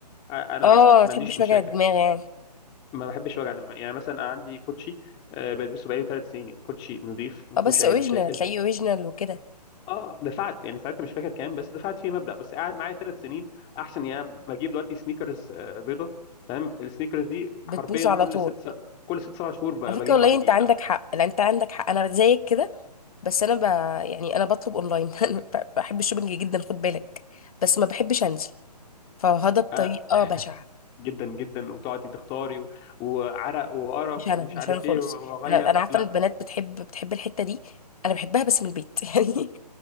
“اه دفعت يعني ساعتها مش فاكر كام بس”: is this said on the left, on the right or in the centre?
Left